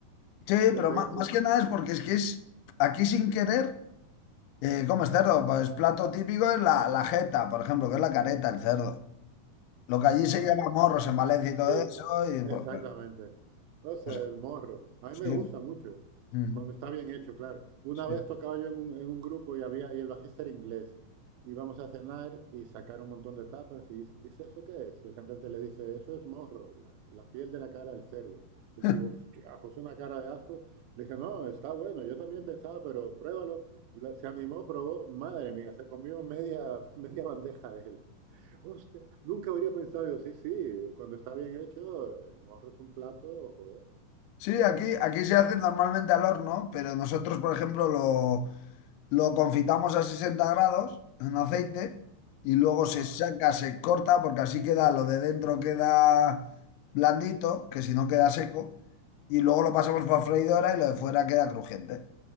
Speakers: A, on the left; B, on the right.
A: Sí,
B: Te
A: pero
B: pegas
A: ma- más,
B: un,
A: que nada es porque es que es aquí sin querer, eh, comes cerdo, pues plato típico es la, la jeta, por ejemplo, que es la careta, el cerdo. Lo que allí
B: ah,
A: se llama morros en Valencia y todo
B: Sí,
A: eso, y pues,
B: exactamente.
A: pues,
B: O sea,
A: pues,
B: el morro. A mí
A: sí.
B: me gusta mucho,
A: Mm,
B: cuando está bien hecho, claro. Una
A: sí.
B: vez tocaba yo en un, en un grupo y había, y el bajista era inglés. Íbamos a cenar y sacar un montón de tapas y dice, ¿eso qué es? Y el cantante le dice, eso es morro, la, la piel de la cara del cerdo. El
A: <laughs>
B: tío, hostia, puso una cara de asco. Le dije, no, está bueno, yo también pensaba, pero pruébalo. La- Se animó, probó, madre mía, se comió media, <laughs> media bandeja él. Hostia, nunca habría pensado yo, sí, sí, cuando está bien hecho, el morro es un plato, joder,
A: Sí, aquí, aquí se hace normalmente al horno, pero nosotros, por ejemplo, lo, lo confitamos a 60 grados en aceite y luego
B: guau,
A: se saca, se corta, porque así queda, lo de dentro queda blandito, que si no queda seco, y luego lo pasamos por freidora y lo de fuera queda crujiente.